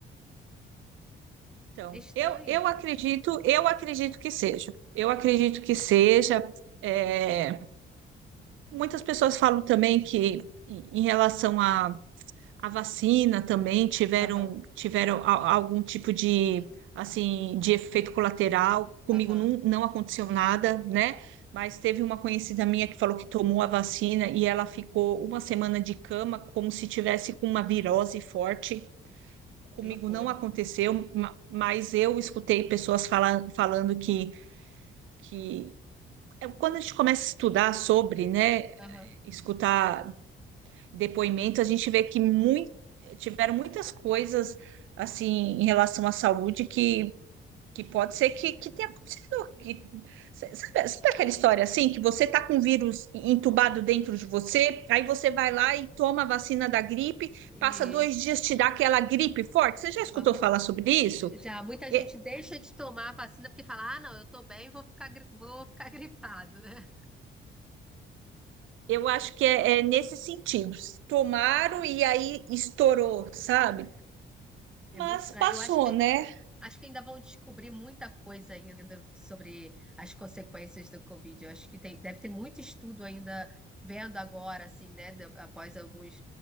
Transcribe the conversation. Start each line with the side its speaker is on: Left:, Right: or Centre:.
Right: Então,
Centre: É estranho.
Right: eu, eu acredito, eu acredito que seja. Eu acredito que seja. é, Muitas pessoas falam também que em em relação a a vacina também tiveram,
Centre: Aham,
Right: tiveram a- algum tipo de assim de efeito colateral. Comigo
Centre: aham,
Right: não, não aconteceu nada, né? Mas teve uma conhecida minha que falou que tomou a vacina e ela ficou uma semana de cama, como se tivesse com uma virose forte. Comigo
Centre: que loucura.
Right: não aconteceu, ma- mas eu escutei pessoas fala, falando que, que é, quando a gente começa a estudar sobre, né,
Centre: Aham,
Right: escutar Depoimentos, a gente vê que muito, tiveram muitas coisas assim em relação à saúde que, que pode ser que, que tenha acontecido. Que, sabe, sabe aquela história assim, que você está com vírus entubado dentro de você, aí você vai lá e toma a vacina da gripe,
Centre: e.
Right: passa dois dias, te dá aquela gripe forte. Você já escutou
Centre: Aham.
Right: falar sobre isso?
Centre: Já muita
Right: E-
Centre: gente deixa de tomar a vacina porque fala: ah, não, eu tô bem, vou ficar, gri- vou ficar <laughs> gripado, né?
Right: Eu acho que é, é nesse sentido. Tomaram e aí estourou, sabe?
Centre: É
Right: Mas
Centre: muito estranho.
Right: passou,
Centre: Eu acho que
Right: né?
Centre: acho que ainda vão descobrir muita coisa ainda sobre as consequências do Covid. Eu acho que tem, deve ter muito estudo ainda vendo agora, assim, né, de- após alguns